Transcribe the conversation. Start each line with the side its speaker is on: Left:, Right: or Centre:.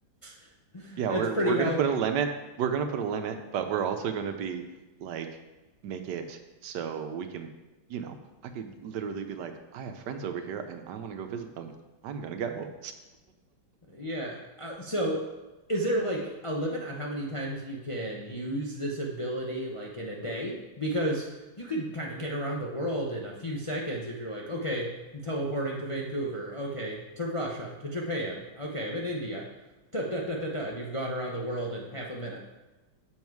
Left: <laughs>
Right: yeah,
Left: that's
Right: we're
Left: pretty
Right: we're
Left: healthy.
Right: gonna put a limit. We're gonna put a limit, but we're also gonna be like make it so we can, you know, I could literally be like, I have friends over here and I want to go visit them. I'm gonna go.
Left: Yeah. Uh, so is there like a limit on how many times you can use this ability like in a day? Because you could kind of get around the world in a few seconds if you're like, okay, I'm teleporting to Vancouver, okay, to Russia, to Japan, okay, I'm in India. Da, da, da, da, da, and you've gone around the world in half a minute.